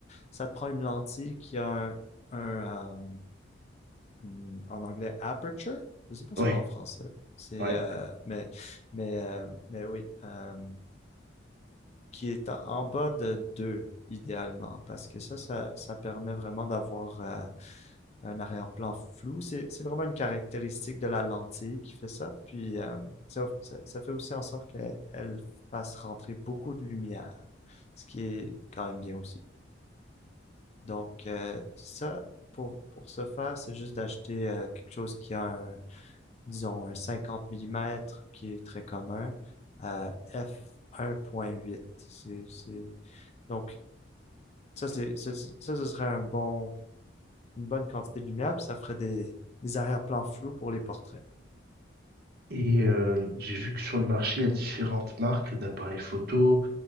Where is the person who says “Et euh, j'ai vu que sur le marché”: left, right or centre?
Right